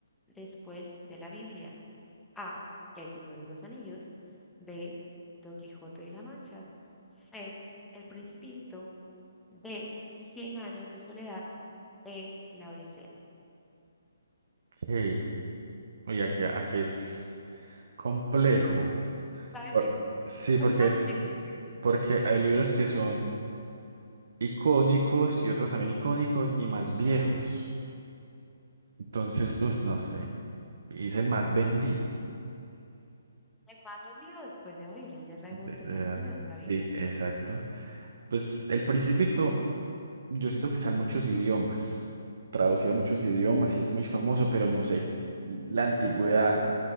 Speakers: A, in the centre; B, on the right (about 55°).
A: después de la Biblia? A. El Señor de los Anillos. B. Don Quijote de la Mancha. C. El Principito. D. Cien años de soledad. E. La Odisea.
B: Hey, oye, aquí, aquí es Complejo.
A: Está
B: Por-
A: difícil.
B: sí, porque,
A: Está difícil.
B: porque hay libros que son icónicos y otros también icónicos y más viejos. Entonces, uf,
A: Sí.
B: no sé. y Es el más vendido.
A: El más vendido después de la Biblia. Ya sabemos
B: De-
A: que
B: de
A: el más
B: la-
A: vendido es la
B: sí,
A: Biblia.
B: exacto. Pues El Principito, yo siento que está en muchos idiomas. Traducido a muchos idiomas y es muy famoso, pero
A: Ujú.
B: no sé. La antigüedad.
A: Ok.